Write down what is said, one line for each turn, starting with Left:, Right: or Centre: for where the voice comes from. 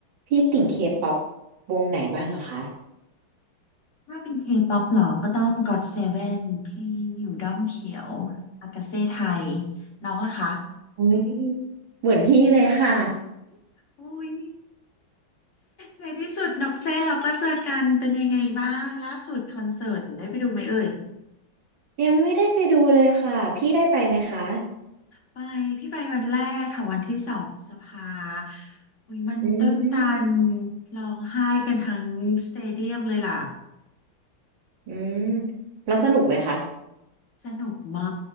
Right: พี่ติ่งเคป๊อปวงไหนบ้างอะคะ
Left: ถ้าเป็นเคป๊อปหรอก็ต้องก็ o ตเซเว่นที่อยู่ด้อมเขียวอากาเซ่ไทยน้องล่ะคะ
Right: โอยเหมือนพี่เลยค่ะ
Left: อุ้ยในที่สุดนกเซ่เราก็เจอกันเป็นยังไงบ้างล่าสุดคอนเสิร์ตได้ไปดูไหมเอ่ย
Right: <laughs> ยังไม่ได้ไปดูเลยค่ะพี่ได้ไปไหมคะ
Left: ไปพี่ไปวันแรกค่ะวันที่สองพฤษภาอุ้ยมันตื้นตัน
Right: อืม
Left: ร้องไห้กันทั้งสเตเดียมเลยล่ะ
Right: อืมแล้วสนุกไหมคะ
Left: สนุกมา